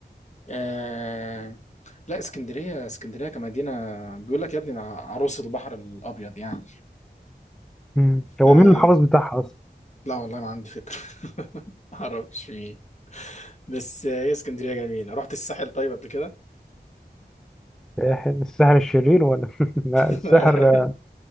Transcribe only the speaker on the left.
آه لا اسكندريه اسكندريه كمدينه بيقول لك يا ابني ده عروس البحر الابيض يعني
آه
لا والله ما عندي فكره <laughs> ما اعرفش مين بس هي اسكندريه جميله رحت الساحل طيب قبل كده
<laughs>